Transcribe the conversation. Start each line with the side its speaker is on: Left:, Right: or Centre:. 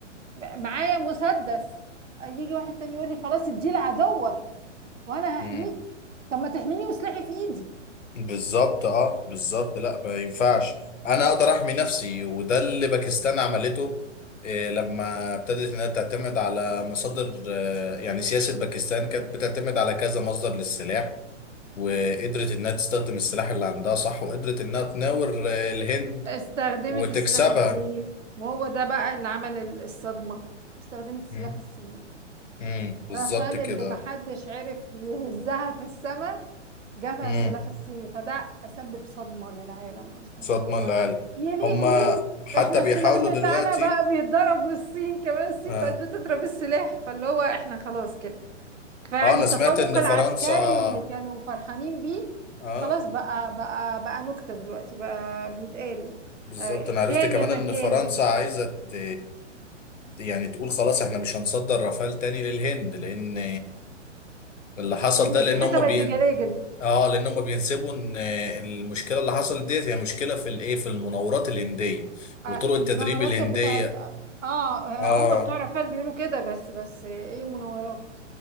Right: معايا مسدس يجي واحد تاني يقول لي خلاص اديه لعدوك وانا
Left: مم.
Right: هحميك طب ما تحميني وسلاحي في ايدي
Left: بالظبط اه بالظبط لا ما ينفعش انا اقدر احمي نفسي وده اللي باكستان عملته إيه لما ابتدت انها تعتمد على مصادر آه، يعني سياسة باكستان كانت بتعتمد على كذا مصدر للسلاح وقدرت انها تستخدم السلاح اللي عندها صح وقدرت انها تناور آه، الهند
Right: استخدمت
Left: وتكسبها
Right: السلاح الايه وهو ده بقى اللي عمل ال- الصدمة استخدمت السلاح
Left: مم.
Right: الصيني
Left: مم. بالظبط
Right: رافال
Left: كده
Right: اللي محدش عرف يهزها في السماء جابها
Left: مم.
Right: السلاح الصيني فده أسبب صدمة للعالم أصلا
Left: مش
Right: اللي
Left: هضمن
Right: هو
Left: العالم
Right: يا لهوي
Left: هما حتى
Right: احنا
Left: بيحاولوا
Right: السلاح بتاعنا
Left: دلوقتي
Right: بقى بيتضرب من الصين كمان الصين
Left: اه,
Right: بقت بتضرب السلاح فاللي هو احنا خلاص كده فيعني
Left: آه انا
Right: التفوق
Left: سمعت ان
Right: العسكري
Left: فرنسا
Right: اللي كانوا فرحانين بيه
Left: اه
Right: خلاص بقى بقى بقى نكتة دلوقتي بقى بيتقال
Left: بالظبط
Right: آه،
Left: انا عرفت
Right: كان
Left: كمان
Right: يا ما
Left: ان
Right: كان
Left: فرنسا عايزة ت... يعني تقول خلاص احنا مش هنصدر رافال تاني للهند لان اللي حصل
Right: لأن
Left: ده لان
Right: فضيحتها
Left: هما
Right: بقت
Left: بين
Right: بجلاجل
Left: اه لان هما بينسبوا ان المشكله اللي حصلت ديت هي مشكله في الايه في المناورات الهنديه وطرق
Right: آه، في
Left: التدريب
Right: المناورات
Left: الهنديه
Right: بتاعت اه آه،
Left: اه
Right: هم بتوع رافال بيقولوا كده بس بس آه، ايه مناورات